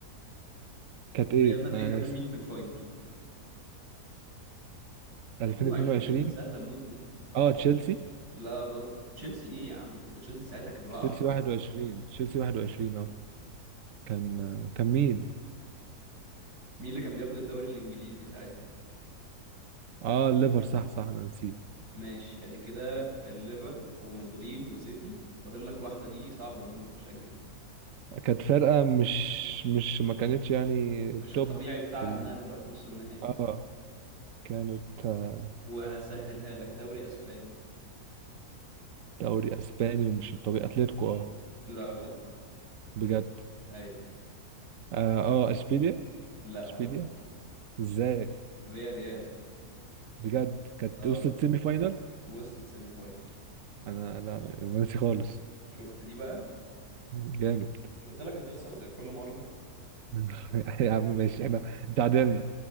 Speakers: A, on the right; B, on the right.
A: كانت ايه
B: ريال مدريد
A: انا
B: قابل
A: ناسي
B: مين في الفاينل
A: 2022
B: 22 ده سهلة موت دي
A: اه تشيلسي
B: لا غلط تشيلسي ايه يا عم انت تشيلسي ساعتها كانت واقعة
A: تشيلسي
B: خالص
A: 21 تشيلسي 21 اه كان آه، كان مين
B: مين اللي كان بياخد الدوري الإنجليزي ساعتها
A: اه الليفر صح صح انا نسيت
B: ماشي ادي كده الليفر ومدريد وسيتي فاضل لك واحدة دي صعبة موت مش هتجيبها
A: كانت فرقة مش مش ما كانتش يعني
B: مش
A: توب
B: الطبيعي بتاعها
A: في ال...
B: انها تبقى في نص النهائي
A: اه كانت آه،
B: وهسهلها لك دوري اسباني
A: دوري اسباني ومش الطبيعي اتلتيكو اه
B: لا غلط
A: بجد
B: أيوة.
A: اه, آه اشبيليا
B: لا
A: اشبيليا
B: برضه
A: ازاي
B: فيا ريال
A: بجد كانت
B: اه
A: وصلت سيمي فاينال
B: وصلت سيمي فاينل
A: انا لا أنا ناسي خالص
B: شفت دي بقى
A: جامد
B: مش قلت لك هتخسر زي كل مرة
A: <laughs> يا عم ماشي احنا تعادلنا